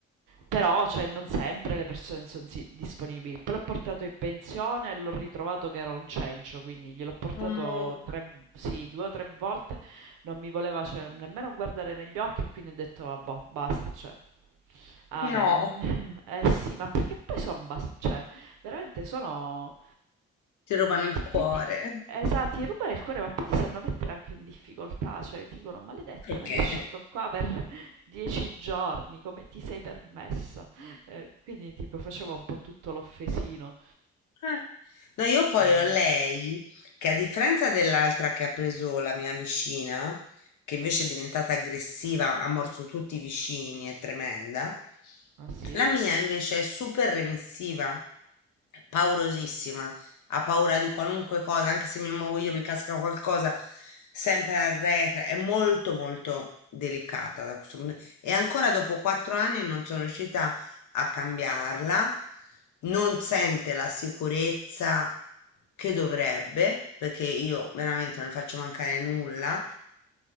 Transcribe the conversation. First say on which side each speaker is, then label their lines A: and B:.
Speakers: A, on the right (about 65°); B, on the left (about 60°).
A: Però, cioè, non sempre le persone sono si- disponibili. Poi l'ho portato in pensione e l'ho ritrovato che era un cencio, quindi gliel'ho portato
B: amore,
A: tre, sì, due o tre volte. non mi voleva cioè, nemmeno guardare negli occhi e quindi ho detto vabbè, basta, cioè, amen.
B: no,
A: <laughs> Eh sì, ma perché poi sono bas- cioè, veramente sono
B: ti rubano il
A: ti,
B: cuore.
A: ti, ti- esatto, ti rubano il cuore, ma poi ti sanno mettere anche in difficoltà, cioè ti dicono maledetta,
B: Perché?
A: me l'hai lasciato qua per <laughs> dieci giorni, come ti sei permessa? Eh, quindi tipo facevo un po' tutto l'offesino.
B: Eh, No, io poi
A: Tesoro.
B: ho lei, che a differenza dell'altra che ha preso la mia vicina, che invece è diventata aggressiva, ha morso tutti i vicini, è tremenda,
A: Ah sì?
B: la mia invece è super remissiva, paurosissima, ha paura di qualunque cosa, anche se mi muovo io mi casca qualcosa, sempre arretra, è molto molto delicata da questo punto. E ancora dopo quattro anni non sono riuscita a cambiarla, non sente la sicurezza che dovrebbe, perché io veramente non ne faccio mancare nulla,